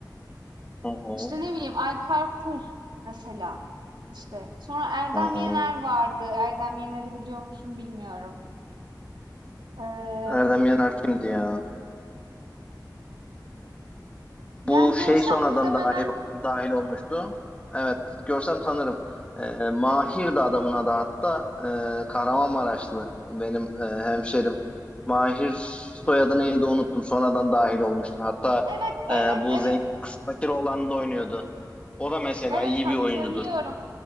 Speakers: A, on the left; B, on the right.
A: Hı hı.
B: İşte ne bileyim Alper Kul mesela. İşte sonra Erdem
A: Hı hı.
B: Yener vardı. Erdem Yener'i biliyor musun bilmiyorum. Ee,
A: Erdem Yener kimdi ya?
B: yani
A: Bu şey
B: görsem
A: sonradan
B: muhtemelen
A: dahil, dahil olmuştu. Evet görsem tanırım. Ee, Mahir de adamın adı hatta e, Kahramanmaraşlı benim e, hemşerim. Mahir soyadı neydi unuttum. Sonradan dahil olmuştu. Hatta
B: evet evet
A: e, bu
B: evet
A: zengin kız fakir olan da oynuyordu. O da mesela
B: evet
A: iyi
B: hatırlıyorum.
A: bir oyuncudur.